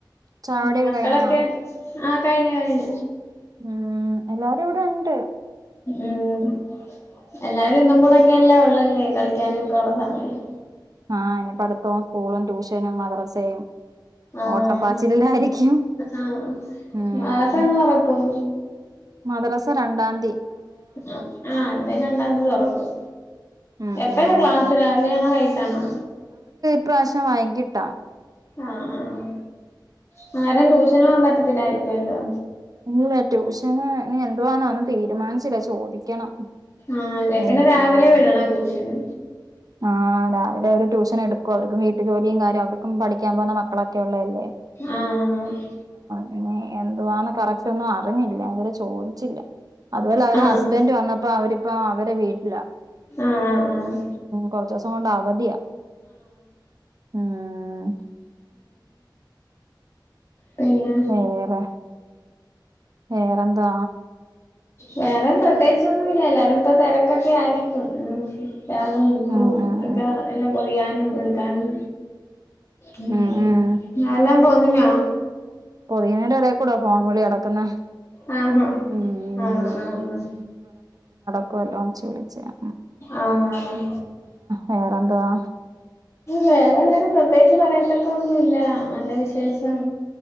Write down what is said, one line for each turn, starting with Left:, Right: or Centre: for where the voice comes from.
Right: ചായകുടിയൊക്കെ
Left: ഉ മക്കളൊക്കെ
Right: കഴിഞ്ഞോ
Left: ആഹ് കഴിഞ്ഞ കഴിഞ്ഞ
Right: ഉം.. എല്ലാവരും ഇവി ഉട്
Left: ഉം എല്ലാരും ഇന്നും കൂടെൊക്കെ എല്ലാ ഉള്ളല്ലേ കളിക്കാനും ഒക്കെ ഉള്ള സമയം
Right: ആഹ് ഇനി പഠത്തവും സ്കൂളും ട്യൂഷനും മദ്രസയും
Left: ആഹ്
Right: ഓട്ടപ്പാച്ചിലിലായിരിക്കും
Left: ആഹ്
Right: ഉം
Left: മദ്രസ എന്ന് തുറക്കും
Right: മദ്രസ രണ്ടാം തീയതി
Left: ആ ആ ഇവിടെ രണ്ടാം തീ തൊറക്കും
Right: ഉം
Left: എപ്പഴാ
Right: ഉം
Left: ക്ലാസ്
Right: ഉം
Left: രാവിലെയാണോ വൈകിട്ടാണോ
Right: ഈ പ്രാവിശ്യം വൈകിട്ട
Left: ആഹ്‌ ഹാ ആരാ ട്യൂ നാ... പറ്റത്തിലാരികുവല്ലോ
Right: ല്ല ട്യൂഷന് ഇനി എന്തുവാന് ഒന്നും തീരുമാനിച്ചില്ല ചോദിക്കണം
Left: ആഹ് ചെക്കനെ
Right: ഉം
Left: രാവിലെ വിടണം ട്യൂഷന്
Right: ആഹ് രാവിലെ ഓര് ട്യൂഷൻ എടുക്കോ അവർക്കും വീട്ടു ജോലിയും കാര്യം അവർക്കും പഠിക്കാൻ പോകുന്ന മക്കളൊക്കെ ഉള്ള അല്ലെ
Left: ആഹ് ഹ്
Right: പിന്നെ എന്തുവാാണ് കറക്റ്റ് ഒന്നും അറിഞ്ഞില്ല ഇതരെ ചോദിച്ചില്ല അതുപോലെ അവര്
Left: ആഹ്
Right: ഹസ്ബൻഡ് വന്നപള ഇ പ്പ അവടെ വീട്ടില
Left: ആ ആ
Right: കുറച്ച ദിവസം കൊണ്ട് അവധിയാ ഉമ്
Left: പിന്നെ
Right: വേറെ.. വേറെന്താ
Left: വേറെ പ്രത്യേകിച്ചൊന്നും ഇല്ല എല്ലാരും ഇപ്പൊ തിരക്കൊക്കെ ആയിരിക്കും ഉമ് ബാഗും ബുക്കും
Right: ഉം ഉം
Left: ഒക്കെ ല്ലാം പൊതിയാനും എടുക്കാനും ഓ ഞ്ഞ
Right: ഉം ഉം
Left: മല്ലാം പോ പൊതിഞ്ഞോ
Right: പൊതിയെന്റെ ഇടയികൂടാ ഫോൺവിളി നടക്കുന്നെ
Left: ആഹ് ആഹ്
Right: ഉം
Left: ആഹ് ആഹ് ആഹ്
Right: നടക്കല്ലോന്നേച്ച് വിളിച്ചയാ
Left: ആഹ്
Right: വേറെന്തുവാ
Left: വേറെ എങ്ങനെ പ്രത്യേകിച്ച് പറയാത്തക്ക ഒന്നു ഇല്ല നല്ല വിശേഷം